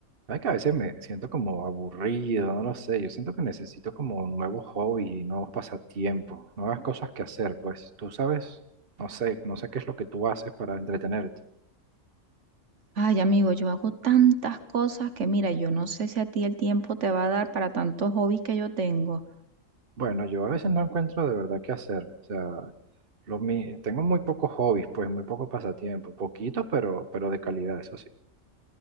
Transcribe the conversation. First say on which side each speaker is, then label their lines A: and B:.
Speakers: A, on the right; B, on the right.
A: ¿Sabes que a veces me siento como aburrido? No lo sé. Yo siento que necesito como nuevos hobbies, nuevos pasatiempos, nuevas cosas que hacer. Pues tú sabes, no sé, no sé qué es lo que tú haces para entretenerte.
B: Ay, amigo, yo hago tantas cosas que mira, yo no sé si a ti el tiempo te va a dar para tantos hobbies que yo tengo.
A: Bueno, yo a veces no encuentro de verdad qué hacer. O sea, lo mi- tengo muy pocos hobbies, pues muy pocos pasatiempos. Poquitos, pero, pero de calidad, eso sí.